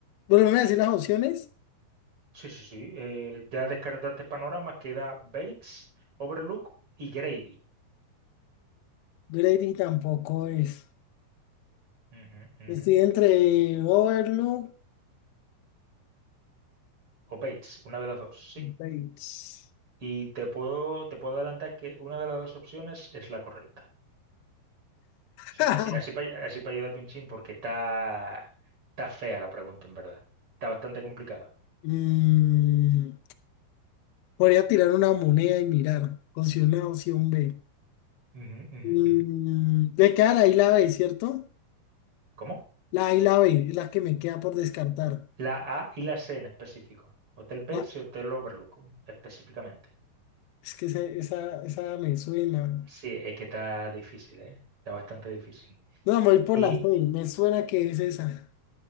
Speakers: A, on the left; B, on the right.
A: Volveme a decir las opciones.
B: Sí, sí, sí. eh, ya descartaste Panorama, queda Bates, Overlook y Grady.
A: Grady tampoco es.
B: Ujú, ujú.
A: Estoy entre Overlook
B: O Bates, una de las dos, sí.
A: y Bates.
B: Y te puedo, te puedo adelantar que una de las dos opciones es la correcta. Sí,
A: <laughs>
B: así, así para así pa ayudarte un chin porque está, está fea la pregunta, en verdad. Está bastante complicada.
A: Mm, podría tirar una moneda y mirar. Considero una opción B.
B: Ujú, ujú,
A: Mm,
B: ujú.
A: me queda la I y la B, ¿cierto?
B: ¿Cómo?
A: La A y la B es la que me queda por descartar.
B: La A y la C en específico. Hotel Bates
A: La-
B: y Hotel Overlook específicamente.
A: es que esa, esa, esa me suena.
B: Sí, es que está difícil, ¿eh? Está bastante difícil.
A: No, me voy por
B: Y
A: la C. Me suena que es esa.